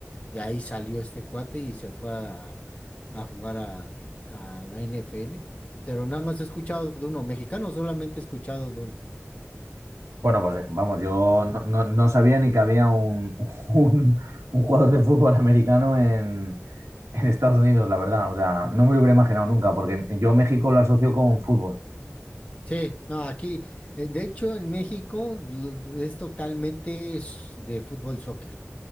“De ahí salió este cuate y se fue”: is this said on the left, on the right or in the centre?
Left